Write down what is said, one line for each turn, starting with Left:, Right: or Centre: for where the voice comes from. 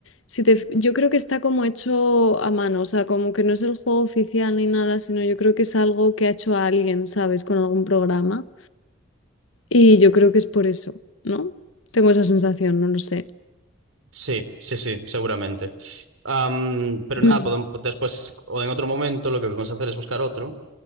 Left: si te, fi- yo creo que está como hecho a mano, o sea, como que no es el juego oficial ni nada, sino yo creo que es algo que ha hecho a alguien, ¿sabes? Con algún programa. Y yo creo que es por eso, ¿no? Tengo esa sensación, no lo sé.
Right: Sí, sí, sí, seguramente. Am, pero nada,
Left: Mm.
Right: podem- después o en otro momento lo que podemos hacer es buscar otro